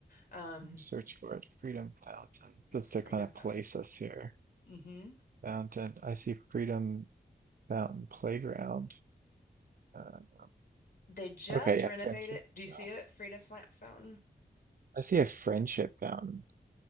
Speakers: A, on the left (about 60°); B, on the right (about 55°).
A: Um,
B: Search for it. Freedom Fountain. Just
A: Freedom
B: to kind of
A: Fountain.
B: place us here.
A: hmm
B: Fountain. I see Freedom Fountain Playground. Uh,
A: They just
B: okay, yeah,
A: renovated.
B: friendship.
A: Do you see
B: Uh,
A: it? Freedom Fla- Fountain.
B: I see a friendship fountain.